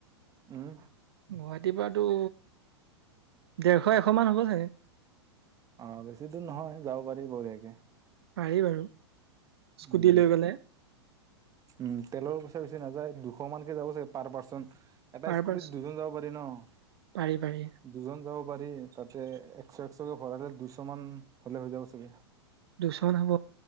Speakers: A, on the right; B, on the right.
A: উম
B: গুৱাহাটীৰ পৰাতো দেৰশ, এশ মান হ'ব চাগে।
A: অ বেছি দূৰ নহয় যাব পাৰি বঢ়িয়াকে।
B: পাৰি বাৰু স্কুটি
A: উম
B: লৈ গ'লে।
A: উম তেলৰ পইচা বেছি নাযায় দুশ মানকে যাব চাগে পাৰ পাৰ্চন। এটা
B: পাৰ
A: স্কুটিত
B: পাৰ
A: দুজন যাব পাৰি ন'
B: পাৰি পাৰি
A: দুজন যাব পাৰি। তাতে একশ, একশকে ভৰালে দুইশ মান হ'লে হৈ যাব চাগে।
B: দুইচ মান হ'ব।